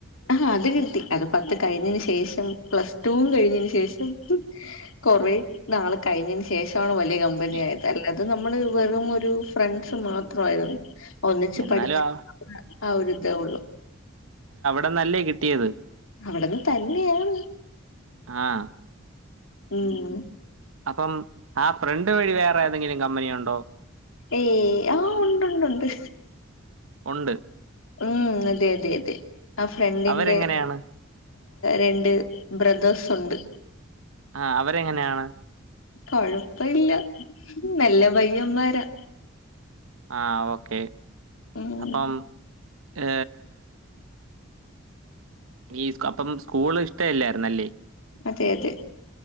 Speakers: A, on the left; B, on the right.
A: ആഹ അത് കിട്ടി അത് പത്ത് കഴിഞ്ഞതിന് ശേഷം പ്ലസ് ടൂ കഴി ഞ്ഞതിന് ശേഷം കൊറെ നാള് കഴിഞ്ഞതിന് ശേഷാണ് വ ല്യ കമ്പനി
B: ഇ
A: ആയത് അല്ല അത് നമ്മള് വെറും ഒരു ഫ്രണ്ട്സ് മാത്രായിരുന്നു ഒന്നിച്ച്
B: എന്നാലും
A: പഠിച്ച്
B: ആ
A: ആ ഒരിതേ ഉള്ളു
B: ട്ന്നല്ലേ കിട്ടിയത്
A: അവിടുന്ന് തന്നെയാണ്
B: ആഹ്
A: ഉം
B: അപ്പം ആ ഫ്രണ്ട് വഴി വേറെ ഏതെങ്കിലും കമ്പനി ഉണ്ടോ
A: ഏയ് ആഹ് ഉണ്ട്ണ്ട്ണ്ട്
B: ഉണ്ട്.
A: ഉം അതെ അതെ അതെ ആ ഫ്രണ്ടിന്റെ
B: അവരെങ്ങനെയാണ്?
A: രണ്ട് ബ്രദേേഴ്സ് ഉണ്ട്
B: ആ അവരെങ്ങനെയാണ്
A: കൊഴപ്പ ഇല്ല നല്ല പയ്യന്മാരാ
B: ആഹ ഓക്കെ
A: ഉം
B: അപ്പം ഏ ഈ അപ്പം സ്കൂള് ഇഷ്ടല്ലായിരുന്നല്ലേ
A: അതെ അതെ